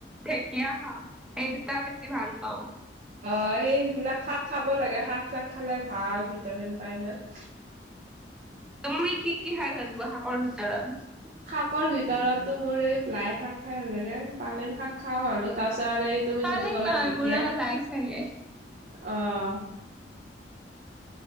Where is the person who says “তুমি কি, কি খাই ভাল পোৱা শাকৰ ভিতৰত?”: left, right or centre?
Centre